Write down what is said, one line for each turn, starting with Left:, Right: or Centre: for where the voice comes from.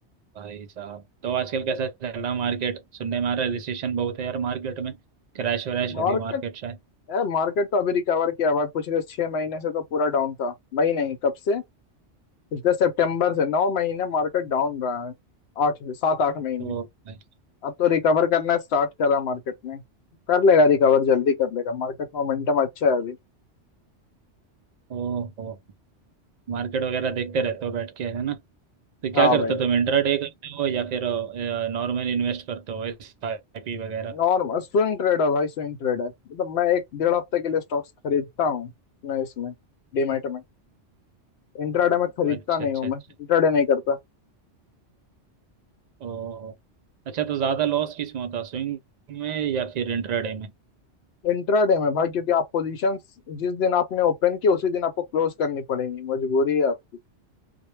Right: भाई साहब तो आजकल कैसा चल रहा मार्केट सुनने में आ रहा है रिसेशन बहुत है यार मार्केट में क्रैश वैश
Left: मार्केट
Right: हो रही है मार्केट शायद
Left: मार्केट तो अभी रिकवर किया हुआ है पिछले छह महीने से तो पूरा डाउन था भाई नहीं कब से पिछले सितंबर से नौ महीने मार्केट डाउन रहा है आठ सात आठ महीने
Right: तो भाई,
Left: अब तो रिकवर करना स्टार्ट करा मार्केट ने कर लेगा रिकवर जल्दी कर लेगा मार्केट मोमेंटम अच्छा है अभी
Right: ओहो मार्केट वगैरह देखते रहते हो बैठ के है ना तो क्या
Left: हाँ
Right: करते
Left: भाई
Right: हो तुम इंट्राडे करते हो या फिर नॉर्मल इन्वेस्ट करते हो एस आई पी वगैरह
Left: नॉर्मल स्विंग ट्रेडर भाई स्विंग ट्रेडर मतलब मैं एक डेढ़ हफ्ते के लिए स्टॉक्स खरीदता हूँ मैं इसमें डीमैट में इंट्राडे में खरीदता
Right: अच्छा
Left: नहीं
Right: अच्छा
Left: हूँ
Right: अच्छा
Left: मैं इंट्राडे नहीं करता
Right: ओहो अच्छा तो ज़्यादा लॉस किस में होता है स्विंग में या फिर इंट्राडे में
Left: इंट्राडे में भाई क्योंकि आप पोजीशंस जिस दिन आपने ओपन की उसी दिन आपको क्लोज करनी पड़ेगी मजबूरी है आपकी